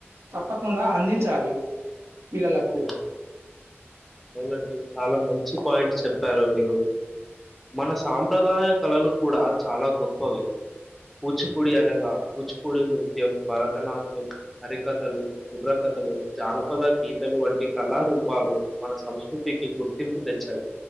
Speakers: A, on the right; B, in the centre.
A: తప్పకుండా అందించాలి పిల్లలకు
B: అవున అవునండి చాలా మంచి పాయింట్స్ చెప్పారు మీరు మన సాంప్రదాయ కళలు కూడా చాలా గొప్పవి కూచిపూడి అనగా కూచిపూడి నృత్యం భరతనాట్యం హరికథలు బుర్రకథలు జానపద గీ తలు వంటి కళారూపాలు మన సంస్కృతికి గుర్తింపు తెచ్చాయి